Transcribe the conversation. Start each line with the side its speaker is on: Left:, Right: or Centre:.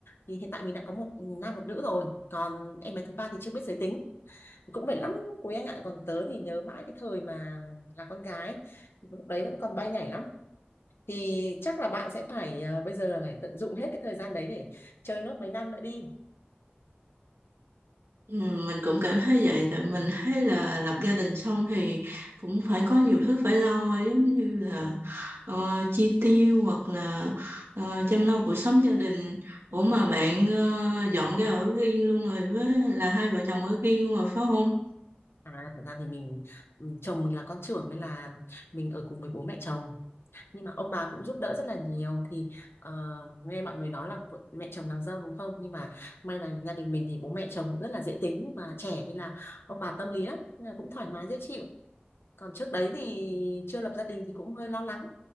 Left: thì hiện tại mình đã có một nam một nữ rồi còn em bé thứ ba thì chưa biết giới tính cũng mệt lắm quý anh ạ còn tớ thì nhớ mãi cái thời mà là con gái lúc đấy vẫn còn bay nhảy lắm thì chắc là bạn sẽ phải ờ, bây giờ là phải tận dụng hết cái thời gian đấy để chơi nốt mấy năm nữa đi
Right: Ừ, mình cũng cảm thấy vậy tại mình thấy là lập gia đình xong thì cũng phải có nhiều thứ phải lo giống như là ờ, chi tiêu hoặc là ờ, chăm lo cuộc sống gia đình ủa
Left: Ừ.
Right: mà bạn ờ, dọn cái ở riêng luôn rồi với là hai vợ chồng ở riêng luôn rồi phải không
Left: À, thật ra thì mình ừ, chồng mình là con trưởng nên là mình ở cùng với bố mẹ chồng nhưng mà ông bà cũng giúp đỡ rất là nhiều thì ờ, nghe mọi người nói là vợ- mẹ chồng nàng dâu đúng không nhưng mà may là gia đình mình thì bố mẹ chồng cũng rất là dễ tính và trẻ nên là ông bà tâm lý lắm nên là cũng thoải mái dễ chịu còn trước đấy thì chưa lập gia đình thì cũng hơi lo lắng